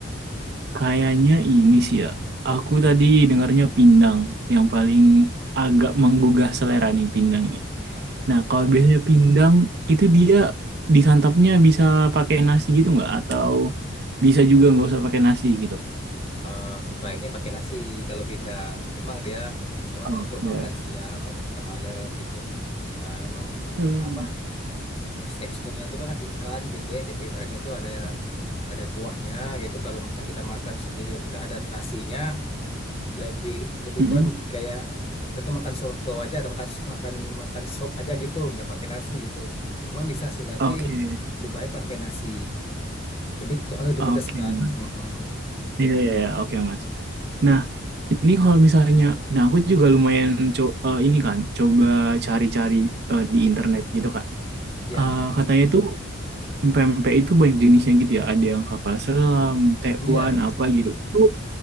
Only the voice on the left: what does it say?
Ah
ya,
Eh, sebaiknya pakai nasi kalau pindang. Memang dia memang
untuk makan siang atau makan malam gitu. Ah, memang
apa teksturnya itu kan ikan gede, tapi ibaratnya itu ada ada kuahnya gitu. Kalau misalnya kita makan sendiri nggak ada nasinya, lebih lebih
kurang kayak kita tuh makan soto aja atau makan makan makan sop aja gitu nggak pakai nasi gitu memang bisa sih tapi
lebih baik pakai nasi lebih soalnya lebih
pedas kan
Mm-mm.
Mm-mm.
ya
ya